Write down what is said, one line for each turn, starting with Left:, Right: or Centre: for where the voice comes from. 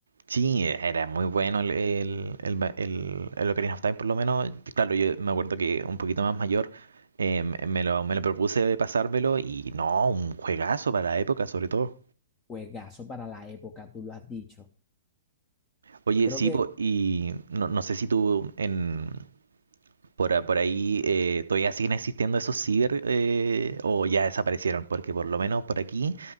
Right: Sí, era muy bueno el, el, el, ba- el- el Ocarina of Time, por lo menos. Claro, yo me acuerdo que un poquito más mayor eh, me me lo, me lo propuse de pasármelo y no, un juegazo para la época, sobre todo.
Left: Juegazo para la época, tú lo has dicho.
Right: Oye,
Left: Creo
Right: sí,
Left: que,
Right: po, y no, no sé si tú en, Por, a- por ahí eh, todavía siguen existiendo esos ciber eh, o ya desaparecieron, porque por lo menos por aquí